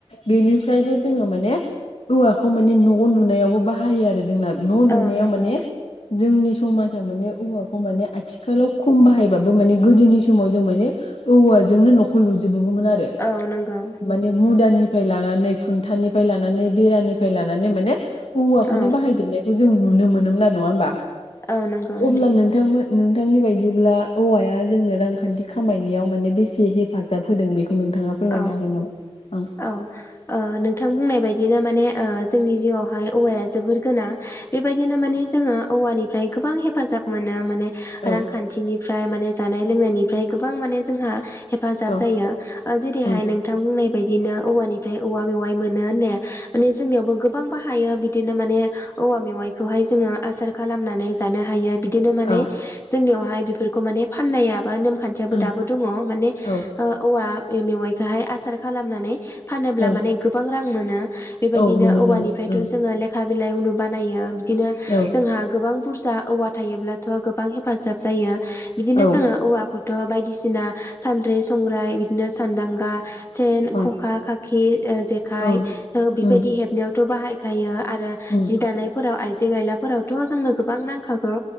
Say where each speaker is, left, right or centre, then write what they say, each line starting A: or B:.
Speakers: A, on the left; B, on the left.
A: बेनि फ्रायबो जोङो माने औवाखौ माने न' लुनायावबो बाहायो आरो जोंना। न' लुनायाव
B: औ नंगौ
A: माने जोंनि समाजाव माने औवाखौ माने आथिखालाव खम बाहायबाबो माने गोदोनि समाव जों माने औवाजोंनो न'खौ लुजो बोमोन आरो
B: औ नंगौ
A: माने मुदानि फ्राय लानानै खुन्टानि फ्राय लानानै बेरानिफ्राय लानानै नानै माने औवाखौनो
B: औ
A: बाहायजोबनायखौ जों नुनो मोनोमोन न नङा होमबा।
B: औ नंगौ
A: अब्ला नोंथांमोन नोंथांनि बायदिब्ला औवाया जोंनो रांखान्थि खा मायनायाव माने बेसे हेफाजाब होदों बेखौ नोंथाङा फोरमायनो
B: औ
A: हागोन नामा? ओं
B: औ ओ नोंथां बुंनाय बाय दिनो माने जोंनि जिउआवहाय औवाया जोबोर गोनां। बेबायदिनो माने जोङो औवानिफ्राय गोबां हेफाजाब मोनो माने
A: औ
B: रांखान्थिनिफ्राय माने जानाय लोंनायनिफ्राय गोबां माने जोंहा हेफाजाब
A: औ
B: जायो। ओ जेरैहाय
A: ओं
B: नोंथां बुंनाय बायदिनो औवानिफ्राय औवा मेवाइ मोनो होननाया माने जोंनियावबो गोबां बाहायो बिदिनो माने औवा मेवाइखौहाय जोङो आसार खालामनानै जानो हायो। बिदिनो माने
A: औ
B: जोंनियावहाय फोरखौ माने फाननायाबानो खान्थियाबो
A: ओं
B: दाबो दङ माने
A: औ
B: ओ औवा बे मेवाइखौहाय आसार खालामनानै फानोब्ला
A: ओं
B: माने गोबां रां मोनो। बेबायदिनो
A: औ मोनो
B: औवानिफ्रायथ'
A: मोनो ओं
B: जोङो लेखा बिलाइ उनु बानायो । बिदिनो
A: औ
B: जोंहा गोबां बुरजा औवा थायोब्लाथ' गोबां हेफाजाब जायो। बिदिनो
A: औ
B: जोङो औवाखौ थ' बायदिसिना सानद्रि संग्राय बिदिनो सानदांगा सेन,
A: ओं
B: खखा, खाखि, ओ जेखाइ
A: ओं
B: ओ बेबायदि
A: उम
B: हेबनायावथ' बाहाय गायो आरो
A: उम
B: जि दानायफोराव आइ आइजें आइला फोरावथ' जोंनो गोबां नांखागौ,